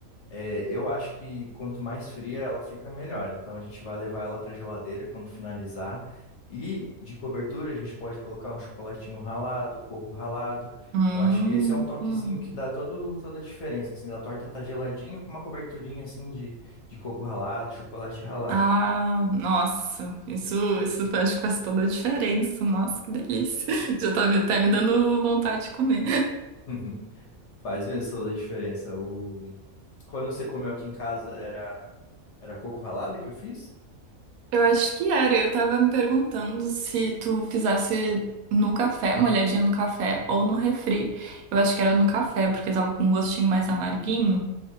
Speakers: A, on the left; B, on the right.
A: é, eu acho que quanto mais fria ela fica, melhor. Então a gente vai levar ela para geladeira quando finalizar. E de cobertura a gente pode colocar um chocolatinho ralado, um coco ralado.
B: Hum.
A: Eu acho que esse é um toquezinho
B: hum.
A: que dá todo, toda a diferença, assim, da torta tá geladinha com uma coberturinha assim de, de coco ralado, chocolate ralado.
B: Ah, nossa, isso, isso acho que faz toda a diferença. Nossa, que delícia. <laughs> Já tá, me- tá me dando vontade de comer.
A: <laughs> Faz mesmo toda a diferença. O... Quando você comeu aqui em casa, era, era coco ralado que eu fiz?
B: <laughs> Eu acho que era. Eu tava me perguntando se tu fizesse no café, molhadinha no café ou no refri. Eu acho que era no café, porque tava com um gostinho mais amarguinho.